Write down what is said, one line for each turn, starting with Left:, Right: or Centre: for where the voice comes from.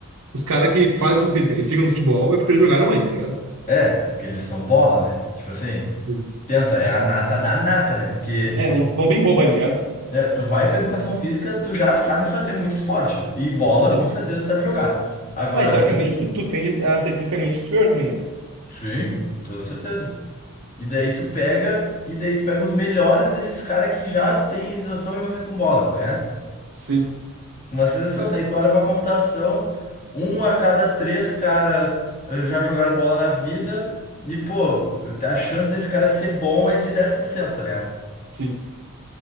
Right: os caras que fazem educação física e ficam no futebol é porque eles jogaram antes, tá ligado?
Left: é, é porque eles são bola, né? Tipo assim,
Right: Sim.
Left: pensa, é a nata da nata, né? Porque
Right: É, não, não tem boba ali, ligado?
Left: né, tu vai pra educação física, tu já sabe fazer muito esporte. E bola,
Right: Sim.
Left: com certeza, sabe jogar. Agora,
Right: Não, e teoricamente
Left: tu...
Right: tu, tu tende a ser fisicamente superior também, né?
Left: sim, toda certeza. E daí tu pega, e daí tu pega os melhores desses caras que já têm exação envolvida com bola, tá ligado?
Right: Sim.
Left: Uma seleção,
Right: É só-
Left: daí tu olha pra computação, um a cada três cara eh, já jogaram bola na vida, e pô, a chance desse cara ser bom é de 10%, tá ligado?
Right: Sim.